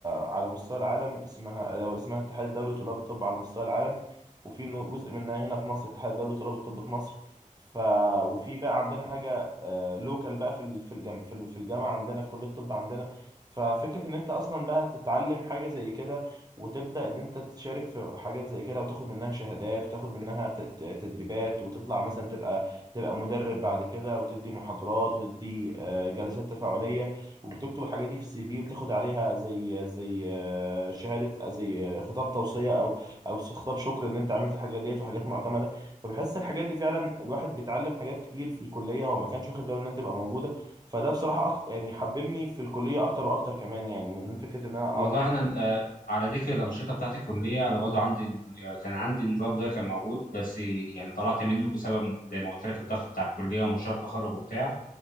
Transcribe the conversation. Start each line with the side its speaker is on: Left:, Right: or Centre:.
Right: على مستوى العالم اسمها اسمها الاتحاد الدولي لطلاب الطب على مستوى العالم وفي نو- جزء منها هنا في مصر الاتحاد الدولي لطلاب الطب في مصر ف وفي بقى عندنا حاجة لوكال بقى في ال- في الجامعة في ال- في الجامعة عندنا في كلية الطب عندنا ففكرة إن أنت أصلا بقى تتعلم حاجة زي كده وتبدأ إن أنت تشارك في حاجات زي كده وتاخد منها شهادات وتاخد منها ت- ت- تدريبات وتطلع مثلا تبقى تبقى مدرب بعد كده وتدي محاضرات وتدي آه، جلسات تفاعلية وبتكتب الحاجات دي في السي في وبتاخد عليها زي زي آه، شهادة آه، زي آه، خطاب توصية أو أو خطاب شكر إن أنت عملت الحاجات ديت وحاجات معتمدة فبحس الحاجات دي فعلا الواحد بيتعلم حاجات كتير في الكلية وما كانش واخد باله إنها تبقى موجودة فده بصراحة أكتر يعني حببني في الكلية أكتر وأكتر كمان يعني من فكرة إن أنا أقعد
Left: والله انا آه، على ذكر الانشطه بتاعت الكليه انا برضه عندي آه، كان عندي النظام ده كان موجود بس يعني طلعت منه بسبب زي ما قلت لك الضغط بتاع الكليه ومشروع التخرج وبتاع